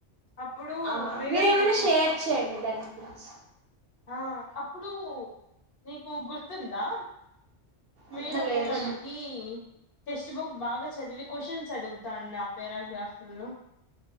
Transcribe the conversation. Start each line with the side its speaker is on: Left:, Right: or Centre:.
Left: అప్పుడు
Right: ఆ
Left: మేడం
Right: మీరేమైనా
Left: నీకు
Right: షేర్ చేయండి దానక్ ప్లీజ్
Left: ఆ అప్పుడు నీకు గుర్తుందా మేడము
Right: ఆహా లేదు
Left: మనకి టెక్స్ట్ బుక్ బాగా చదివి క్వశ్చన్స్ అడుగుతాడం. పేరా గ్రాఫులో